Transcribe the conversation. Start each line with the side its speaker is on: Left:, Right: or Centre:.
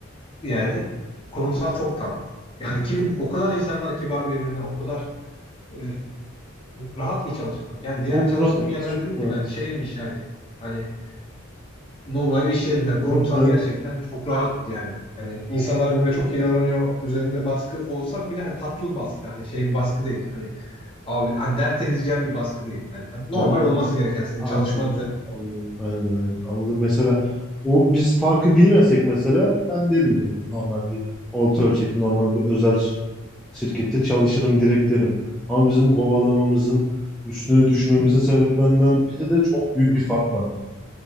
Left: yani kurumsal çok tatlı. Yani kim o kadar insanlar kibar birbirine o kadar e, rahat ki çalışmak. Yani
Centre: Çok
Left: diğer çalıştığım
Centre: rahat.
Left: yerler
Centre: Çok
Left: dedim ki
Centre: rahat.
Left: ben şeymiş yani hani normal iş yerim yani
Centre: Vallahi
Left: kurumsal
Centre: Ben
Left: gerçekten çok rahat yani. Hani insanlar birbirine çok iyi davranıyor. Üzerinde baskı olsa bile hani tatlı bir baskı. Hani şey bir baskı değil. Hani abi hani dert edeceğim bir baskı değil. Hani normal
Centre: anla-
Left: olması gereken senin
Centre: Anladım.
Left: çalışma
Centre: Anladım. Aynen, aynen. Anladım. Mesela o biz farkı bilmesek mesela ben dedim zaten normal bir orta ölçekli normal bir özel şirkette çalışırım direkt derim. Ama bizim kovalamamızın üstüne düşmemizin sebeplerinden biri de çok büyük bir fark var yani.